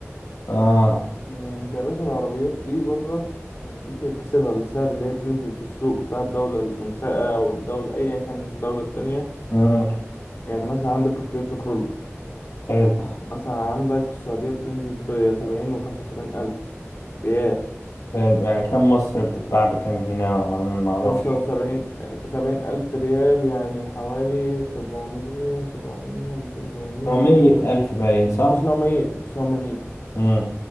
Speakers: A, on the left (about 80°); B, on the left (about 50°).
A: اه
B: يعني انت يا باشا العربيات دي بره لما تيجي تحسبها بالسعر اللي هي بتنزل في السوق بتاع الدولة المنشأة أو الدولة أيا كان الدولة التانية
A: اه
B: يعني مثلا عندك التويوتا كرولو
A: حلو
B: مثلا عندك في السعودية بتنزل بسبعين وخمسة وسبعين ألف ريال
A: حلو يعني كم مصر بتتباع بكم هنا ما نعرفش
B: خمسة وسبعين سبعين ألف ريال يعني حوالي سبعمية سبعمية ميتين وتمانين
A: لو مية ألف باين صح
B: تسعمية تسعمية
A: امم